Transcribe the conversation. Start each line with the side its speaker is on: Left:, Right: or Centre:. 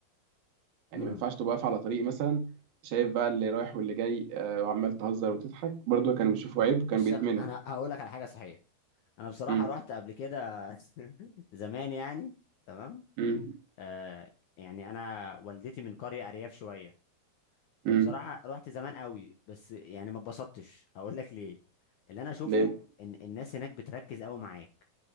Right: يعني
Left: امم
Right: ما ينفعش تبقى واقف على طريق مثلا شايف بقى اللي رايح واللي جاي آه، وعمال تهزر وتضحك برضو كانوا بيشوفوا عيب وكان
Left: بص
Right: بيتمنع
Left: انا انا هقول لك على حاجه صحيح انا بصراحه
Right: امم
Left: رحت قبل كده <laughs> زمان يعني تمام
Right: امم
Left: آه يعني انا والدتي من قريه ارياف شويه
Right: امم
Left: فبصراحة رحت زمان قوي بس يعني ما اتبسطتش هقول لك ليه اللي انا شفته
Right: ليه
Left: ان الناس هناك بتركز قوي معاك